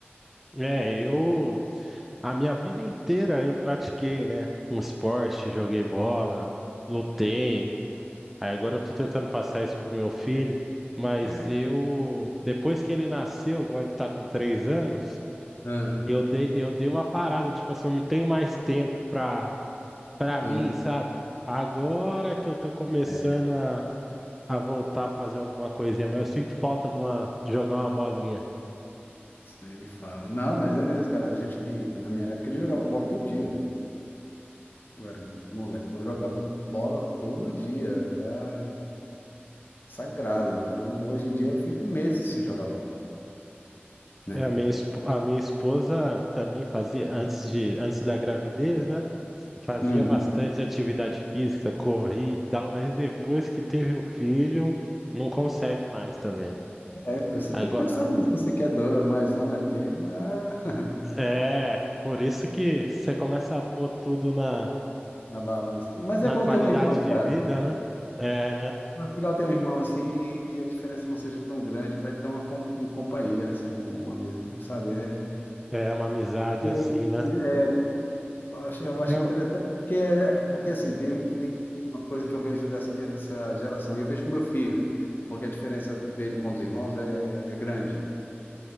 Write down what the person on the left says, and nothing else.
É,
Ah,
ah.
é,
putz, nem me fala. Não, mas é mesmo, cara. A gente que, na minha época, a gente jogava bola todo dia. Eu era moleque, eu jogava bola todo dia. Era sagrado. Então, hoje em dia, eu fico meses sem jogar bola, né?
Hum.
É, você tem
que pensar nisso, se você quer dois, mais um, né? Porque ah, <laughs>
na balança. Mas
é bom
ter um irmão,
cara.
Mas é legal ter um irmão assim e que a diferença não seja tão grande para ele ter uma, com- um companheiro, assim, um amigo, sabe? É,
e-
e é, eu acho, eu acho
interessante,
até porque, porque assim, tem, tem uma coisa que eu vejo dessa, ge- essa geração, e eu vejo com meu filho, porque a diferença dele com os irmãos é, é é grande.